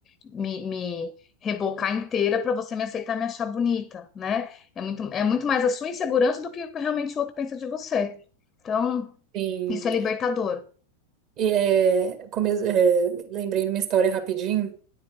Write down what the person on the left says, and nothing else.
me, me rebocar inteira pra você me aceitar e me achar bonita, né? É muito, é muito mais a sua insegurança do que o que realmente o outro pensa de você. Então,
isso é libertador.